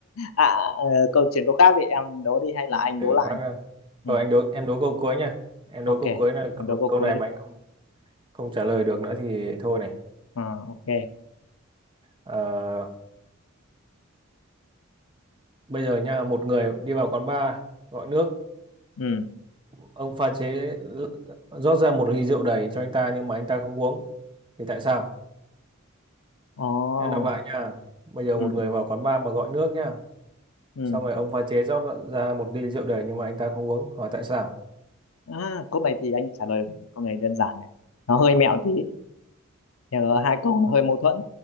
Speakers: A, on the left; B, on the right.
A: à ờ, câu chuyện câu khác thì em đố đi hay là anh
B: để
A: đố lại
B: có khác ra
A: ừ,
B: rồi anh đối em đối câu cuối nha em
A: ok
B: đối câu cuối là câu,
A: em đố câu
B: câu
A: cuối
B: này
A: đi
B: mà anh không không trả lời được nữa thì thôi này
A: à, ok
B: Ờ, bây giờ nha một người đi vào quán bar gọi nước
A: ừ
B: ông pha chế rót ra một ly rượu đầy cho anh ta nhưng mà anh ta không uống thì tại sao
A: ồ
B: em đọc lại nha bây giờ
A: ừ
B: một người vào quán bar mà gọi nước nhá
A: ừ
B: xong rồi ông pha chế rót ra một ly rượu đầy nhưng mà anh ta không uống hỏi tại sao
A: à câu này thì anh trả lời được câu này đơn giản này nó hơi mẹo tí Nhờ hai câu nó hơi mâu thuẫn